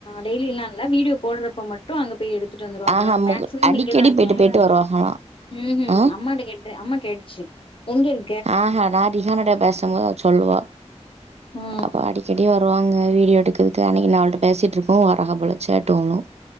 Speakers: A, on the left; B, on the right.
A: டெய்லில்லா இல்ல வீடியோ போட்றப்ப மட்டு அங்க போய் எடு த்துட்டு வந்துருவா
B: ஆஹா
A: போல
B: மு
A: மேக்ஸிமம்
B: அடிக்கடி
A: இங்கதா இருக்கே
B: போயிட்டு போயிட்டு
A: அப்டினா
B: வருவாங்களா
A: ம் ஹும்
B: ஆ
A: அம்மாட்ட கே ட்ரு அம்மா கேட்டுச்சு எங்க இரு
B: ஆ ஹா நா ரிஹானாட்டா பேசம்போது அவ சொல்லுவா
A: ம்.
B: அப்பாடி செடி வருவாங்க வீடியோ எடுக்கறதுக்கு அன்னக்கி நா அவள்ட்ட பேசிட்ருக்கு வரகா போல சேட்டு அவளு